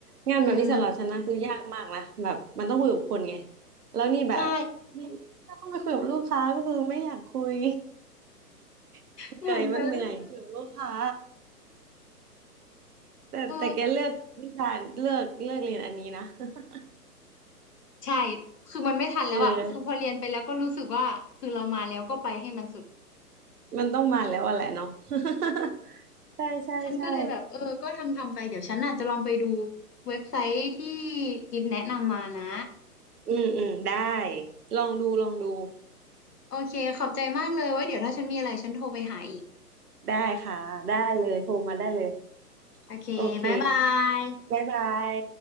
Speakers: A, on the right; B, on the left.
A: งานแบบนี้สำหรับฉันนะคือยากมากนะแบบมันต้องคุยกับคนไง
B: อืมมัน
A: แล้วนี่แบบ
B: ใช่
A: นี่ถ้าต้องไปคุยกับลูกค้าก็คือไม่อยากคุย <laughs> เหนื่อยมันเหนื่อยคุยกับลูกค้า
B: เหมือนเธอเลย
A: แต่แต่แกเลือกวิชาเลือกเลือกเรียนอันนี้นะ
B: เออ
A: <laughs>
B: ใช่คือมันไม่ทันแล้วอะคือพอเรียนไปแล้วก็รู้สึกว่าคือเรามาแล้วก็ไปให้มันสุด
A: เออมันต้องมาแล้วอะแหละเนาะ <laughs> ใช่ใช่ใช่
B: ฉันก็เลยแบบเออก็ทำทำไปเดี๋ยวฉันอาจจะลองไปดูเว็บไซต์ที่กิฟแนะนำมานะ
A: อืมอืมได้ลองดูลองดู
B: โอเคขอบใจมากเลยไว้เดี๋ยวถ้าฉันมีอะไรฉันโทรไปหาอีก
A: ได้ค่ะได้เลยโทรมาได้เลย
B: โอเคบ๊ายบา
A: โอเค
B: ย
A: บ๊ายบาย